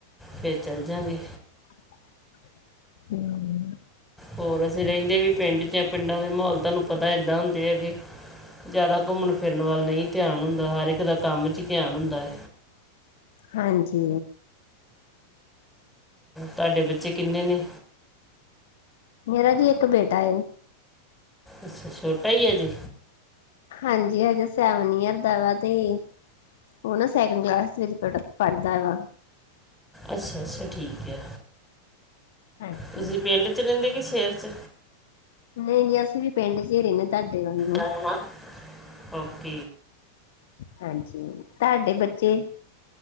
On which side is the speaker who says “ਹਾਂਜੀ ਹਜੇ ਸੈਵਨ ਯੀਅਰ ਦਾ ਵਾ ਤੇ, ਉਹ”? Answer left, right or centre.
Left